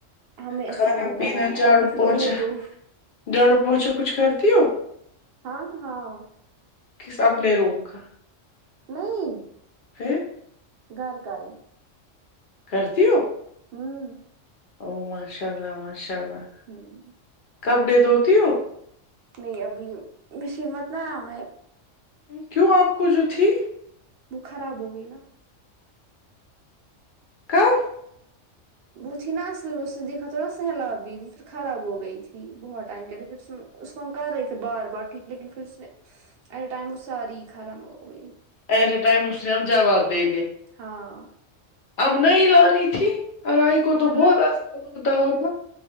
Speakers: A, on the right (about 60°); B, on the left (about 60°).
A: ہمیں اسائن
B: کھانا
A: بنانا
B: پینا جاڑو
A: ہے اوپر سے
B: پوچا
A: دو دو
B: جاڑو پوچھا کچھ کرتی ہو
A: ہاں ہاں
B: کے سب نے رو کا
A: نہیں
B: پھر
A: گھر کائی
B: کرتی ہو
A: ہوں
B: او ماشاء اللہ ماشاء اللہ
A: ہاں
B: کپڑے دھوتی ہو
A: نہیں ابھی مشین مت نہ آ ہے
B: کیوں آپ کو جو تھی
A: وہ خراب ہو گئی نا
B: کب
A: بہتھی ہی ن نہ اصل میں اس س سے دیکا تھوڑ سہلاابی خراب ہو گئی تھی بہت ٹائم کے لیے پھر اس کو ہم کر رہے تھے بار بار ٹھیک لیکن پھر اس آل ٹائم وہ ساری خرم ہو گئی
B: ایٹ اے ائم اس میں آپ جواب دا
A: ہاں
B: اب نہیں لانی تھی اورائی کو
A: ہاں
B: تو بہت عزان ہوتا ہوگا